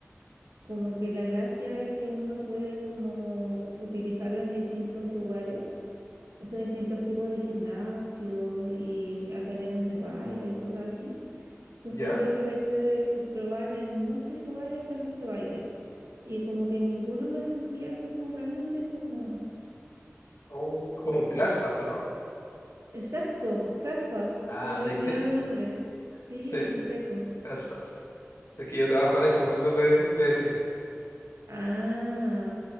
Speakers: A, on the right; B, on the left.
A: como que la gracia es que uno puede como utilizarla en distintos lugares O sea, distintos tipos de gimnasio y academias de baile y cosas así. Entonces
B: ¿Ya?
A: yo aproveché de eh, probar en muchos lugares clases de baile y como que en ninguno me sentía como realmente cómoda.
B: o como un class paso, ¿no?
A: Exacto, ClassPass,
B: Ah,
A: se me había
B: ¿viste?
A: olvidado el nombre. Sí,
B: Sí,
A: seco.
B: class pass. Es que yo trabajo en eso, por eso te, te decía.
A: Ah,